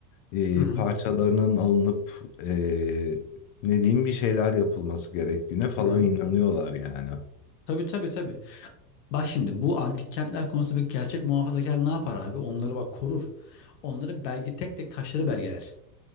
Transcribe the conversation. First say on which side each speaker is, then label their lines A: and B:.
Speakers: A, on the left (about 50°); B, on the left (about 80°).
A: e,
B: Hı hı.
A: parçalarının alınıp e, ne diyeyim bir şeyler yapılması gerektiğine falan
B: Hı hı.
A: inanıyorlar yani.
B: Tabii tabii tabii. Bak şimdi bu antik kentler konusunda bir gerçek muhafazakar ne yapar abi? Onları bak korur. Onları belge tek tek taşları belgeler.